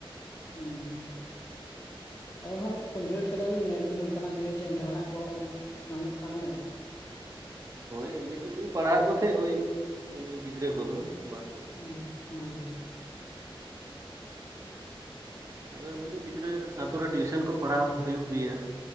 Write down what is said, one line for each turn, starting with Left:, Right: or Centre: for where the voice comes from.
Left: ᱦᱩᱸ ᱦᱩᱸ᱾ ᱦᱳᱭ, ᱠᱚᱢᱯᱞᱤᱴ ᱠᱟᱫᱟᱵᱤᱱ ᱧᱮᱞᱵᱤᱱ ᱚᱝᱠᱟᱱᱟᱜ ᱡᱩᱫᱤ ᱡᱟᱸᱦᱟᱱᱟᱜ ᱠᱚ ᱧᱟᱢᱚᱜ ᱠᱷᱟᱱ ᱦᱮᱸ ᱵᱟᱝ᱾
Right: ᱦᱳᱭ ᱮᱢᱱᱤ ᱛᱮᱫᱚᱞᱤᱧ ᱯᱟᱲᱦᱟᱣᱮᱫ ᱠᱚ ᱛᱟᱦᱮᱸᱡ ᱳᱭ ᱮᱢᱱᱤ ᱜᱤᱫᱽᱨᱟᱹ ᱠᱚᱫᱚ, ᱵᱟᱝ ᱫᱚ ᱵᱟᱝ
Left: ᱩᱸ, ᱦᱩᱸ ᱦᱩᱸ᱾
Right: ᱟᱫᱚ ᱮᱢᱱᱤᱛᱮ ᱜᱤᱫᱽᱨᱟᱹ ᱟᱹᱛᱩ ᱴᱤᱭᱩᱥᱚᱱ ᱠᱚ ᱯᱟᱲᱦᱟᱣ ᱦᱩᱭᱩᱜ ᱜᱮᱭᱟ᱾